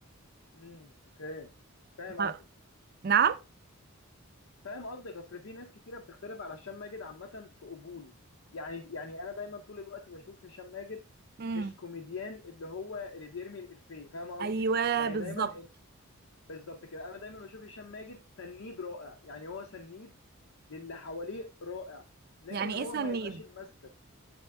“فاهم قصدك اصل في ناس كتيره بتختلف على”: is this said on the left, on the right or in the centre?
Left